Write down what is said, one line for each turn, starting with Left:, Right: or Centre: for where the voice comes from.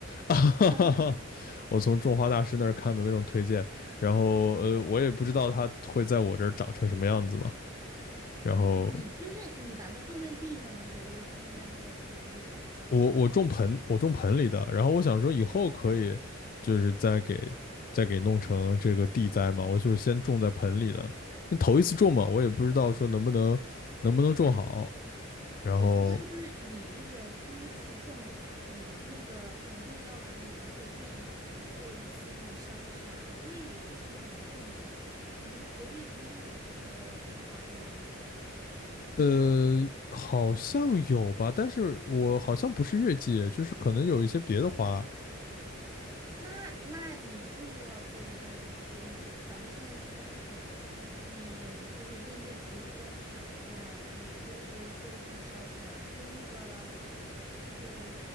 Left: <laughs>
Right: 哈哈，
Left: 我从种花大师那儿看的那种推荐，然后呃我也不知道它会在我这儿长成什么样子嘛，
Right: 嗯，
Left: 然后
Right: 你就是你把它种在地上的，还是种在那个盆儿里的？
Left: 我我种盆，我种盆里的，然后我想说以后可以就是再给再给弄成这个地栽嘛，我就是先种在盆里的，头一次种嘛，我也不知道说能不能能不能种好，然后
Right: 我觉得就是你那个第一次种嘛，你那个一定要把你的那个院子做一次那种消杀，因为你之前也没种过。你们隔壁邻居有那个种花的吗？
Left: 呃好像有吧，但是我好像不是月季，就是可能有一些别的花
Right: 那那你就是要做一下，你给你，反正现在是冬天，你就是那些植物都还没长出来，你可以就是做一下消杀，用那个那个